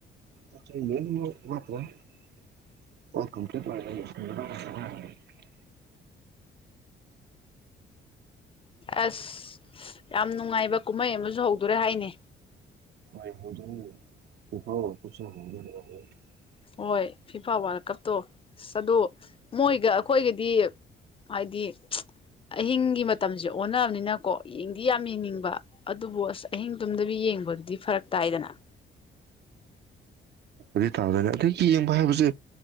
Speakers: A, on the right (about 60°); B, on the left (about 30°).
A: <unintelligible>
B: ꯑꯁ ꯌꯥꯝ ꯅꯨꯡꯉꯥꯏꯕ ꯀꯨꯝꯍꯩ ꯑꯃꯁꯨ ꯍꯧꯗꯣꯔꯦ ꯍꯥꯏꯅꯦ
A: <unintelligible>
B: ꯍꯣꯏ ꯐꯤꯐꯥ ꯋꯥꯔꯜ ꯀꯞꯇꯣ ꯑꯁ ꯑꯗꯣ ꯃꯣꯏꯒ ꯑꯩꯈꯣꯏꯒ ꯌꯦ ꯍꯥꯏꯗꯤ ꯑꯍꯤꯡꯒꯤ ꯃꯇꯝꯁꯦ ꯑꯣꯟꯅꯕꯅꯤ ꯅꯥꯀꯣ ꯌꯦꯡꯗꯤ ꯌꯥꯝ ꯌꯦꯡꯅꯤꯡꯕ ꯑꯗꯨꯕꯨ ꯑꯁ ꯑꯍꯤꯡ ꯇꯨꯝꯗꯕꯤ ꯌꯦꯡꯕꯗꯨꯗꯤ ꯐꯔꯛ ꯇꯥꯏꯗꯅ
A: ꯗꯨ ꯇꯥꯗꯅꯤ ꯑꯗꯒꯤ ꯌꯦꯡꯕ ꯍꯥꯏꯕꯁꯦ